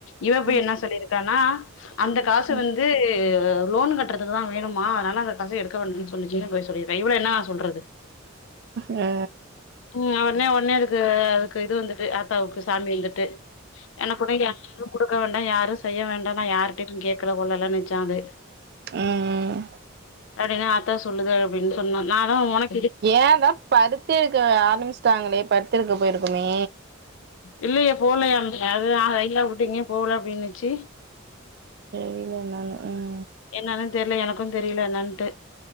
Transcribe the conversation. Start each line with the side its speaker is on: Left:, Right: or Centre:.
Left: இவப்போய்
Right: ம்
Left: என்ன சொல்லியிருக்கானா அந்த காசு
Right: ம்
Left: வந்து து லோன் கட்டுறதுக்குதான் வேணுமா அதனால அந்த பசை எடுக்க வேண்டு சொன்னிச்சுன்னு போய் சொல்லி இருக்கா இவள என்ன சொல்றது
Right: ஆ
Left: உம் உடனே உடனே அதுக்கு அதுக்கு இது வந்துட்டு ஆத்தாவுக்கு சாமி வந்துட்டு என கூட யாரும் கொடுக்க வேண்டாம் யாரும் செய்ய வேண்டாம்னா யாரிட்டயு கேட்கல கொள்ளலனுச்சான் அது
Right: ம் ம்
Left: அப்படின்னு ஆத்தா சொல்லது அப்படின்னு சொன்னா நா தா ஒனக்
Right: ஏதான் பருத்தி எடுக்க ஆரம்பிச்சிட்டாங்களே பருத்தி எடுக்க போயிருக்குமே
Left: இல்லையே போலையா <unintelligible> அந்த அது இல்ல நான் கையா வுட்டீங்க போகல அப்படின்னுச்சு
Right: தெரில நானு உம்
Left: என்னன்னு தெரியல எனக்கும் தெரியல என்னாட்டு